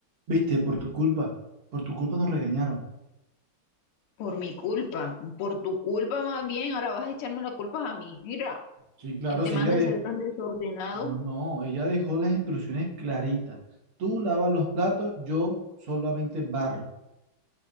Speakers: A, on the right; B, on the left.
A: Viste, por tu culpa, por tu culpa nos regañaron.
B: Por mi culpa, por tu culpa más bien, ahora vas a echarme la culpa a mí. Mira,
A: Sí, claro,
B: ¿quién te
A: sí,
B: manda
A: ella de...
B: a ser tan desordenado?
A: No, no, ella dejó las instrucciones claritas. Tú lavas los platos, yo solamente barro.